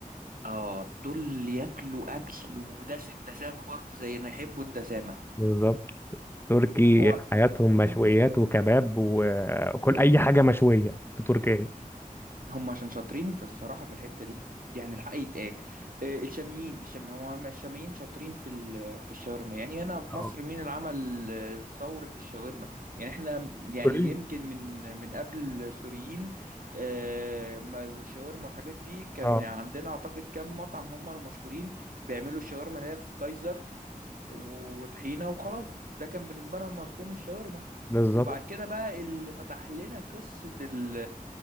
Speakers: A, on the right; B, on the left.
A: اه دول ياكلوا اكل ودسم دسامه برضه زينا يحبوا الدسامه
B: بالظبط تركي
A: هو
B: حياتهم
A: امم
B: مشويات وكباب و- وكل اي حاجه مشويه في تركيا
A: هم عشان شاطرين في الصراحه في الحته دي يعني الحق يتقال آه، الشاميين الشام هو الشاميين شاطرين في ال... في الشاورما يعني هنا في
B: اه
A: مصر مين اللي عمل آه، ثوره الشاورما يعني احنا يعني
B: سوريين
A: يمكن من من قبل السوريين آه، ما- والشاورما والحاجات دي كان
B: اه
A: عندنا اعتقد كام مطعم هم المشهورين بيعملوا الشاورما اللي هي في كايزر وطحينة وخلاص ده كان بالنسبة لنا مفهوم الشاورما
B: بالظبط
A: وبعد كده بقى اللي فتح لنا قصة ال-